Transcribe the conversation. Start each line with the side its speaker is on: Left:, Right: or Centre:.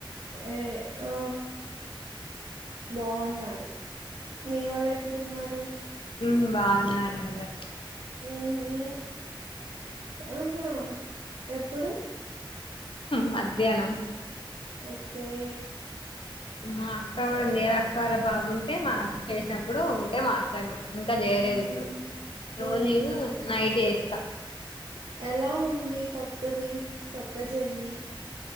Right: ఏ ఆ బాగున్నారు. మీ వాళ్ళు ఎట్లున్నారు?
Left: మ్మ్ బాగున్నారందరు
Right: మ్మ్ హు ఆ హా ఎ ప్పుడు
Left: మధ్యాహ్నం
Right: ఓకే
Left: మా అక్క కూడా ఉంది కదా అక్క వాళ్ళ బాబుంటే మా చేసినప్పుడు ఉంటే మాట్లాడిన. ఇంకా చేయలేదు
Right: ఉహు
Left: ఇప్పుడు రోజు
Right: ఉమ్
Left: నైట్ చేస్ త
Right: ఎలా ఉంది కొత్తది కొత్త జర్నీ?